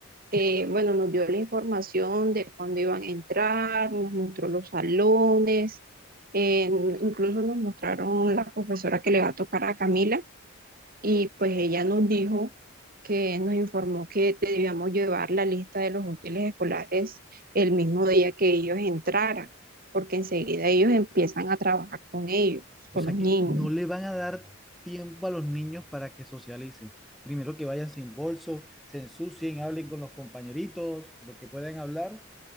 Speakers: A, on the right; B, in the centre.
A: eh, bueno, nos dio la información de cuándo iban a entrar, nos mostró los salones, eh, incluso nos mostraron la profesora que le va a tocar a Camila y pues ella nos dijo que nos informó que debíamos llevar la lista de los útiles escolares el mismo día que ellos entraran, porque enseguida ellos empiezan a trabajar con ellos,
B: O
A: con
B: sea
A: los
B: que
A: niños.
B: no le van a dar tiempo a los niños para que socialicen. Primero que vayan sin bolso, se ensucien, hablen con los compañeritos, lo que puedan hablar